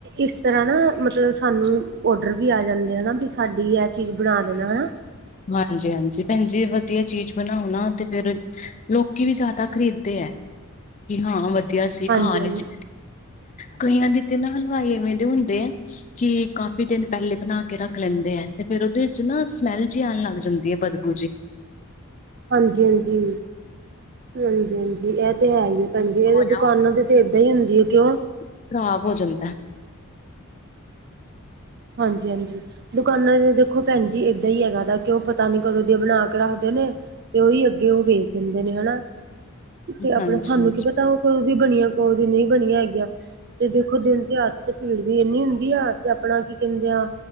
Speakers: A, on the right; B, on the left.
A: ਇਸ ਤਰ੍ਹਾਂ ਨਾ ਮਤਲਬ ਸਾਨੂੰ ਔਡਰ ਵੀ ਆ ਜਾਂਦੇ ਹਨਾ ਵੀ ਸਾਡੀ ਇਹ ਚੀਜ਼ ਬਣਾ ਦੇਣਾ ਨਾ
B: ਹਾਂਜੀ ਹਾਂਜੀ ਭੈਣ ਜੀ ਵਧੀਆ ਚੀਜ਼ ਬਣਾਉਣਾ ਤੇ ਫਿਰ ਲੋਕੀ ਵੀ ਜ਼ਿਆਦਾਤਰ ਖ਼ਰੀਦਦੇ ਹੈ ਕਿ ਹਾਂ ਵਧੀਆ ਸੀ
A: ਹਾਂਜੀ
B: ਖਾਨ
A: ਹਾਂਜੀ
B: ਵਿਚ ਕਈਆਂ ਦੀ ਤੇ ਨਾ ਹਲਵਾਈ ਐਵੇਂ ਦੇ ਹੁੰਦੇ ਆ ਕਿ ਕਾਫੀ ਦਿਨ ਪਹਿਲੇ ਬਣਾ ਕੇ ਰੱਖ ਲੈਂਦੇ ਆ ਤੇ ਫੇਰ ਉਹਦੇ ਵਿੱਚ ਨਾ ਸਮੈਲ ਜਿ ਆਉਣ ਲੱਗ ਜਾਂਦਾ ਹਾਂਜੀ
A: ਹਾਂਜੀ ਹਾਂਜੀ ਹਾਂਜੀ ਹਾਂਜੀ ਇਹ ਤੇ ਹੈ ਹੀ ਹੈ ਭੈਣਜੀ ਇਹਦੇ
B: ਹੋਇਆ
A: ਦੁਕਾਨਾਂ ਤੇ ਤੇ ਏਦਾਂ ਹੀ ਹੁੰਦੀ ਹੈ ਕਿਉ
B: ਖ਼ਰਾਬ ਹੋ ਜਾਂਦਾ
A: ਹਾਂਜੀ ਹਾਂਜੀ ਦੁਕਾਨਾਂ ਤੇ ਦੇਖੋ ਭੈਣ ਜੀ ਏਦਾਂ ਹੀ ਹੈਗਾ ਦਾ ਕਿ ਉਹ ਪਤਾ ਨੀ ਕਦੋਂ ਦੀ ਬਣਾ ਕੇ ਰੱਖਦੇ ਨੇ ਤੇ ਉਹੀ ਅੱਗੇ ਉਹ ਵੇਚ ਦਿੰਦੇ ਨੇ ਹਨਾ ਤੇ ਆਪਣਾ
B: ਹਾਂਜੀ-ਹਾਂਜੀ
A: ਸਾਨੂੰ ਕੀ ਪਤਾ ਉਹ ਕਦੋ ਦੀ ਬਨੀਆਂ ਕਦੋ ਦੀ ਨਹੀਂ ਬਨੀਆਂ ਹੈਗੀਆਂ। ਤੇ ਦੇਖੋ ਦਿਨ ਤਿਹਾਰ ਤੇ ਭੀੜ ਵੀ ਏਨੀ ਹੁੰਦੀ ਆ ਤੇ ਆਪਣਾ ਕੀ ਕਹਿੰਦੇ ਆ